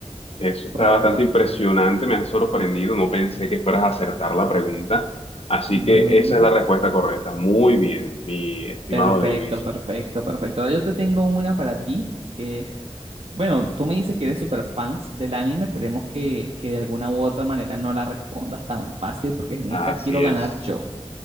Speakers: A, on the left; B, on the right.
A: Eso está
B: correcto.
A: bastante impresionante, me has sorprendido, no pensé que fueras a acertar la pregunta. Así
B: No.
A: que esa es la respuesta correcta. Muy bien, mi estimado
B: Perfecto,
A: Lewis.
B: perfecto, perfecto. Ahora yo te tengo una para ti que, bueno, tú me dices que eres super fans del anime, esperemos que, que de alguna u otra manera no la respondas tan fácil porque en esta
A: Así
B: quiero
A: es.
B: ganar yo.